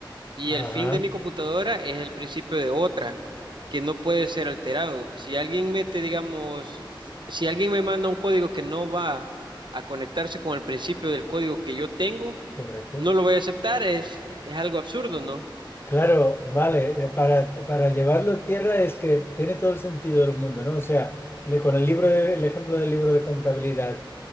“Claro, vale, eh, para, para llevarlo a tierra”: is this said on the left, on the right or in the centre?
Left